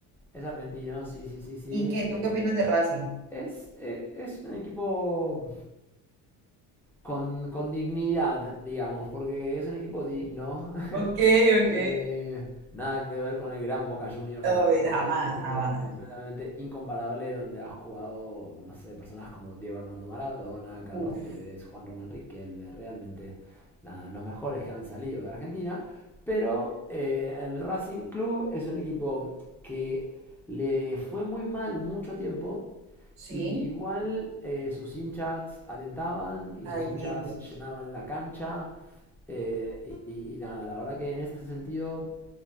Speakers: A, in the centre; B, on the right (about 65°).
A: Es argentino, sí, sí, sí, sí.
B: ¿Y
A: Eh,
B: qué? ¿Tú qué opinas de Racing?
A: es, eh, es un equipo con, con dignidad, digamos, porque es un equipo digno. <laughs>
B: Ok, ok.
A: Eh, nada que ver con el gran Boca Juniors,
B: Oh,
A: obviamente.
B: jamás,
A: Equipo
B: jamás.
A: completamente incomparable donde ha jugado, no sé, personas como Diego Armando Maradona, Carlos
B: Uf,
A: Tevez, Juan Román Riquelme, realmente nada, los mejores que han salido de Argentina. Pero eh, el Racing Club es un equipo que le fue muy mal mucho tiempo
B: sí.
A: y igual eh, sus hinchas alentaban y
B: Ay,
A: sus hinchas
B: lindo.
A: llenaban la cancha. eh, y, y- nada, la verdad que en ese sentido